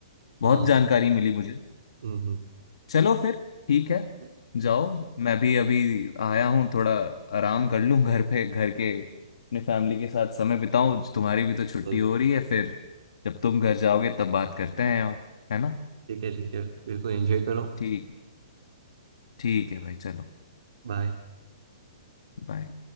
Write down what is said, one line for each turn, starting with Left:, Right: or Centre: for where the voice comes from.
Left: बहुत
Right: हाँ,
Left: जानकारी मिली मुझे
Right: हम्म हम्म
Left: चलो फिर ठीक है
Right: अरे,
Left: जाओ
Right: ठीक
Left: मैं भी अभी आया हूँ थोड़ा आराम कर लूँ घर पे घर के अपने फैमिली के साथ समय बिताऊं तुम्हारी भी तो छुट्टी
Right: बस,
Left: हो रही है फिर जब तुम घर जाओगे तब बात करते हैं और है ना
Right: ठीक है ठीक है बिल्कुल एंजॉय करो
Left: ठीक ठीक है भाई चलो
Right: बाय
Left: बाय